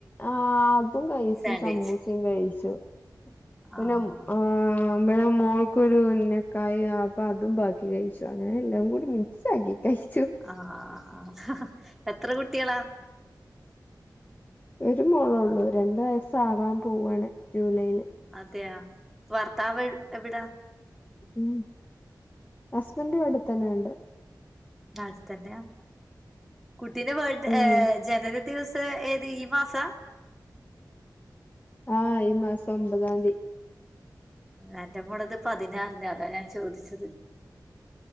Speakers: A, on the left (about 20°); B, in the centre.
A: ആ അതും കയ്ച്ചു
B: സാൻഡ്വിച്ച്
A: സമൂസയും കഴിച്ചു.
B: ആഹ്
A: പിന്നം ആഹ് ഇപേ മോൾക്കൊരു ഉന്നക്കായ അപ്പം അതും ബാക്കി കഴിച്ചു അങ്ങനെ എല്ലാം കൂടി മിക്സ് ആക്കി കയ്ച്ചു.
B: ആഹ് ആഹ് ആഹ് എത്ര കുട്ട്യാളാ?
A: ഒര് മോളാെള്ളു രണ്ട് വയസ്സ് ആവാൻ പോവാണ് ജൂലൈയില്
B: അതെയാ വർത്താവ് എവിടാ?
A: മ് ഹസ്ബന്റ് ഇവിടെത്തന്നെണ്ട്.
B: അത് തന്നെയാ കുട്ടീന്റെ ബേർ
A: ഉം
B: ജനന ദിവസ ഏത് ഈ മാസാ?
A: ആഹ് ഈ മാസം ഒമ്പതാം തി.
B: ആറ്റ മോളത് പതിനാറിന അതാ ഞാൻ ചോദിച്ചത്